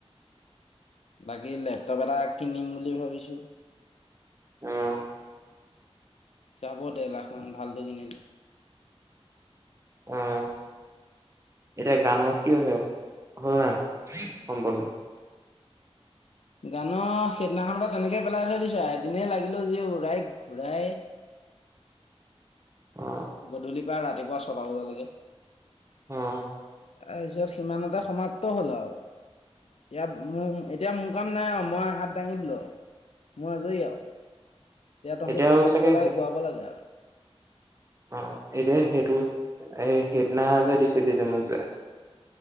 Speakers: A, on the left; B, on the right.
A: বাকী লেপটপ্ এটা কিনিম বুলি ভাবিছোঁ।
B: উম।
A: যাব ডেৰ লাখ মান ভালটো কিনিলে।
B: উম, এতিয়া গানৰ কি <unintelligible> হ'ল নাই সম্পূৰ্ণ?
A: গানৰ সেইদিনাখনৰ পৰা তেনেকে পেলাই থৈ দিছো আও এদিনেই লাগিলো যি উৰাই ঘূৰাই।
B: অ
A: গধূলিৰ পৰা ৰাতিপুৱা ছটা বজালৈকে।
B: অহ।
A: তাৰপিছত সিমানতে সমাপ্ত হ'ল আও, এতিয়া মো এতিয়া মোৰ কাম নাই আও, মই হাত দাঙি দিলোঁ মই আজৰি আও। এতিয়া তহঁতি
B: এতিয়া
A: পইচা
B: আৰু চাগে
A: দিব লাগে গোৱাব লাগে আৰু।
B: অ' এতিয়া সেইটো এ সেইদিনা যে দিছিলি যে মোক যে